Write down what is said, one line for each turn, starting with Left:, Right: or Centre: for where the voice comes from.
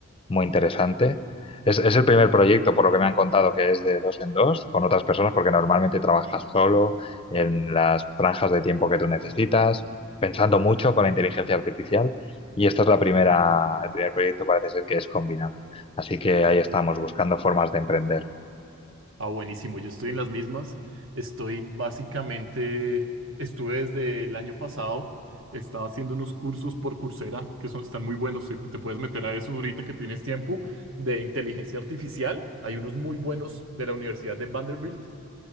Left: muy interesante. Es, es el primer proyecto, por lo que me han contado, que es de dos en dos, con otras personas, porque normalmente trabajas solo en las franjas de tiempo que tú necesitas, pensando mucho con la inteligencia artificial. Y esta es la primera, el primer proyecto parece ser que es combinado. Así que ahí estamos, buscando formas de emprender.
Right: Ah, buenísimo, yo estoy en las mismas. Estoy básicamente, estuve desde el año pasado, estaba haciendo unos cursos por Coursera que son, están muy buenos, te te puedes meter a eso ahorita que tienes tiempo, de inteligencia artificial. Hay unos muy buenos de la Universidad de Vanderbilt,